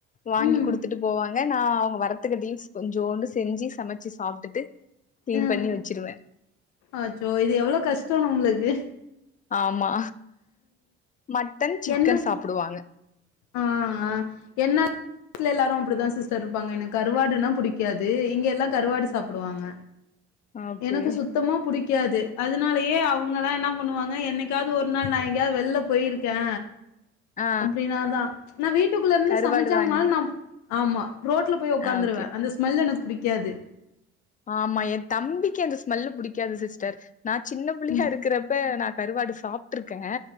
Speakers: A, on the left; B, on the left.
A: வாங்கி
B: ம்
A: குடுத்துட்டு போவாங் க நா அவ்ங்க வரத்துகட்டியு கொஞ்சோண்டு செஞ்சு சமச்சு சாப்ட்டுட்டு கிளீன்
B: ம்
A: பண்ணி வச்சிருவே
B: அச்சோ இது எவ்ளோ கஷ்டோங்க உங்ளுக்கு
A: ஆமா மட்டன், சிக்கன்
B: என்ன
A: சாப்டுவாங்க
B: ஆ ஆ என்ன வீட்ல எல்லாரு அப்டித்தா சிஸ்டர்ருப்பாங்க எனக் கருவாடுனா புடிக்காது இங்க எல்லா கருவாடு சாப்புடுவாங்க
A: ஓகே
B: எனக்கு சுத்தமா புடிக்காது அதனாலயே அவங்கல்லா என்னா பண்ணுவாங்க என்னைக்காவ்து ஒரு நாள் நா எங்யாத் வெள்ல போயிருக்கே
A: ஆ
B: அப்டினாதா நா வீட்டுக்குள்ள இர்ந்து
A: கருவாடு
B: சமச்சாங்கனால்
A: வாங்கி
B: நா ஆமா ரோட்ல போய் ஒக்காந்துருவே
A: ஆ ஓகே
B: அந்த ஸ்மெல் எனக் புடிக்காது
A: ஆமா எந்தம்பிக்கு அந்த ஸ்மெல்லு புடிக்காது சிஸ்டர் நா சின்ன புள்ளையா
B: ம்
A: இருக்கறப்ப நா கருவாடு சாப்ட்ருக்கே